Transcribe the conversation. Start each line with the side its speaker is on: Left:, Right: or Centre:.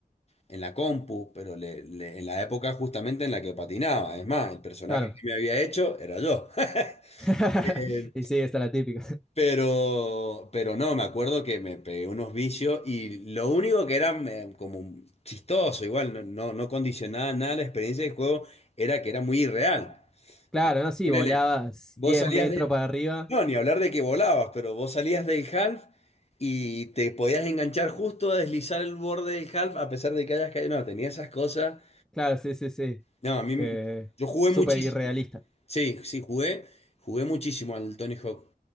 Left: en la compu, pero le- le- en la época justamente en la que patinaba. Es más, el personaje
Centre: Claro.
Left: que me había hecho era yo. <laughs>
Centre: <laughs>
Left: Eh,
Centre: Y sí, esta es la típica. <laughs>
Left: pero, pero no, me acuerdo que me pegué unos vicios y lo único que era eh, como chistoso, igual, no, no, no condicionaba nada la experiencia del juego, era que era muy irreal.
Centre: Claro, ¿no? Sí,
Left: Ponele,
Centre: volabas
Left: vos
Centre: diez
Left: salías
Centre: metros
Left: del...
Centre: para arriba.
Left: No, ni hablar de que volabas, pero vos salías del half y te podías enganchar justo a deslizar el borde del half a pesar de que hayas caído. No, tenía esas cosas.
Centre: Claro, sí, sí, sí.
Left: No, a mí...
Centre: Que
Left: Yo jugué
Centre: súper
Left: muchísimo.
Centre: irrealista.
Left: Sí, sí, jugué. Jugué muchísimo al Tony Hawk.